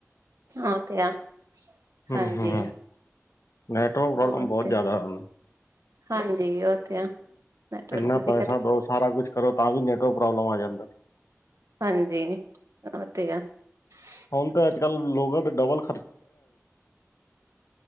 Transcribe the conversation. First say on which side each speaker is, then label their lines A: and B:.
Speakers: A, on the right; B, on the left.
A: ਹੋ ਤੇ ਆ
B: ਹੂੰ-ਹੂੰ,
A: ਹਾਂਜੀ
B: ਨੈਟਵਰਕ ਪ੍ਰੋਬਲਮ
A: ਉਹ
B: ਬਹੁਤ
A: ਤੇ
B: ਜ਼ਿਆਦਾ ਹੈ ਉਹ
A: ਹਾਂਜੀ ਉਹ ਤੇ ਆ ਨੈਟਵਰਕ
B: ਇਨਾ
A: ਦੀ
B: ਪੈਸਾ
A: ਦਿੱਕਤ
B: ਦੋ ਸਾਰਾ ਕੁਛ ਕਰੋ ਤਾਂ ਵੀ ਨੈਟਵਰਕ ਪ੍ਰੋਬਲਮ ਆ ਜਾਂਦਾ।
A: <unintelligible>
B: ਹੁਣ ਤਾਂ ਅੱਜ ਕੱਲ ਲੋਕਾਂ ਦੇ ਡਬਲ